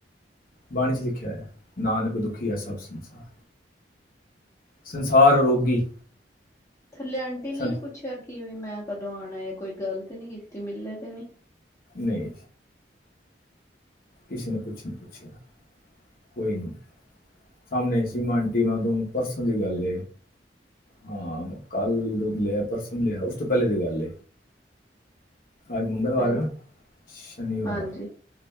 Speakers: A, on the left; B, on the left.
A: ਬਾਣੀ 'ਚ ਲਿਖਿਆ ਹੈ ਨਾਨਕ ਦੁਖੀਆ ਸਭ ਸੰਸਾਰ ਸੰਸਾਰ ਰੋਗੀ
B: ਥੱਲੇ ਆਂਟੀ ਨੇ
A: ਸੰ-
B: ਨੀ ਪੁੱਛਿਆ ਕਿਵੇਂ ਮੈਂ ਕਦੋਂ ਆਣਾ ਜਾਂ ਕੋਈ ਗੱਲ ਤੇ ਨੀ ਕੀਤੀ ਮਿਲੇ ਤੇ ਨਹੀਂ
A: ਨਹੀਂ, ਕਿਸੇ ਨੇ ਕੁਛ ਨੀ ਪੁੱਛਿਆ ਕੋਈ ਨਹੀਂ ਸਾਹਮਣੇ ਸੀ ਮਟੀਮਾਂ ਤੋਂ ਪਰਸੋਂ ਦੀ ਗੱਲ ਹਾਂ ਕੱਲ ਦਾ ਪਰਸੋਂ ਲਿਆ ਉਸ ਤੋਂ ਪਹਿਲੇ ਦੀ ਗੱਲ ਅੱਜ ਮੰਗਲਵਾਰ
B: ਹੈਲੋ
A: ਹੈ ਨਾ ਸ਼ਨੀਵਾਰ
B: ਹਾਂਜੀ